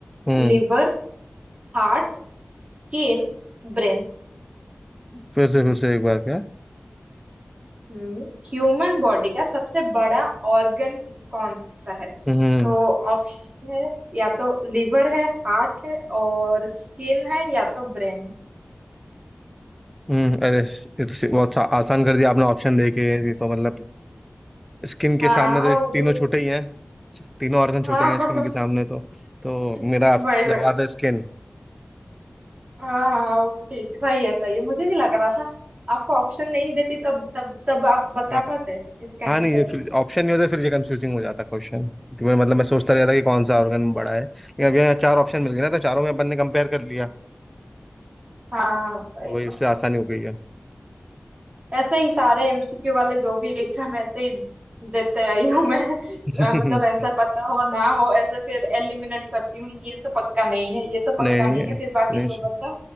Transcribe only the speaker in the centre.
हम्म
फिर से फिर से एक बार क्या
हम्म
हम्म अरे ये तो सी- बहुत सा- आसान कर दिया आपने ऑप्शन देके ये तो मतलब स्किन के
सामने
तो ये
तीनों
छूटे ही हैं तीनों ऑर्गन छूटे
ही हैं स्किन के सामने तो तो
मेरा आप-
जवाब
है स्किन
हाँ
हाँ नहीं ये फिर ऑप्शन नहीं होता फिर ये कंफ्यूजिंग हो जाता क्वेश्चन क्योंकि मैं मतलब मैं सोचता रहता कि कौन
सा ऑर्गन बड़ा है लेकिन अब यहाँ चार ऑप्शन मिल गए ना तो चारों में अपन ने कंपेयर कर लिया
तो
वही उससे आसानी
हो गई है
<laughs>
नहीं
नहीं नहीं